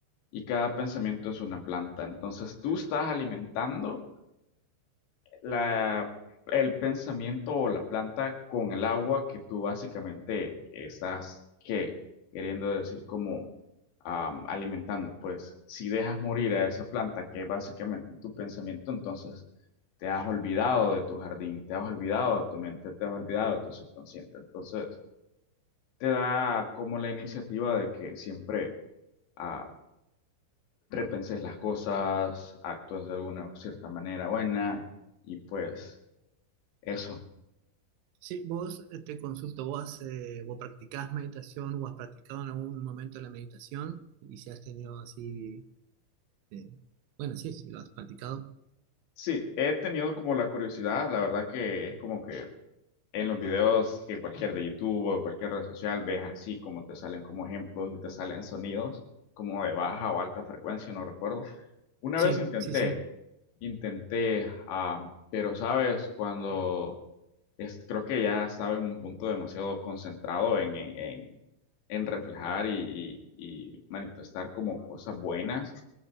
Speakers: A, on the left; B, on the right.
A: y cada pensamiento es una planta. Entonces tú estás alimentando la, el pensamiento o la planta con el agua que tú básicamente estás que queriendo decir como am, alimentando. Pues si dejas morir a esa planta que es básicamente tu pensamiento, entonces te has olvidado de tu jardín, te has olvidado de tu mente, te has olvidado de tu subconsciente. Entonces te da como la iniciativa de que siempre ah, repenses las cosas, actúes de alguna cierta manera buena y pues eso.
B: Sí, vos eh, te consulto, vos, eh, vos practicás meditación o has practicado en algún momento la meditación y si has tenido así, eh, bueno, sí, sí, lo has practicado.
A: Sí, he tenido como la curiosidad, la verdad que es como que en los videos que cualquier de YouTube o cualquier red social ves así como te salen como ejemplos y te salen sonidos como de baja o alta frecuencia, no recuerdo. Una
B: Sí,
A: vez intenté,
B: sí, sí,
A: intenté, ah, pero sabes, cuando es, creo que ya estaba en un punto demasiado concentrado en, en, en- en reflejar y, y y manifestar como cosas buenas